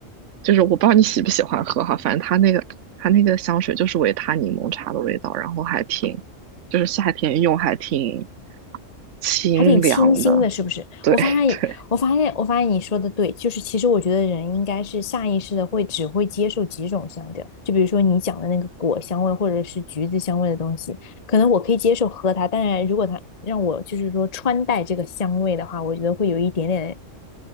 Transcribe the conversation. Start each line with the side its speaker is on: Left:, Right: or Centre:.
Right: 就是我不知道你喜不喜欢喝哈，反正它那个它那个香水就是维他柠檬茶的味道，然后还挺，就是夏天用还挺清凉的。
Left: 还挺清新的，是不是？
Right: 对
Left: 我发现，
Right: <laughs> 对，
Left: 我发现，我发现你说的对，就是其实我觉得人应该是下意识的会只会接受几种香调，就比如说你讲的那个果香味或者是橘子香味的东西，可能我可以接受喝它，但是如果它让我就是说穿戴这个香味的话，我觉得会有一点点，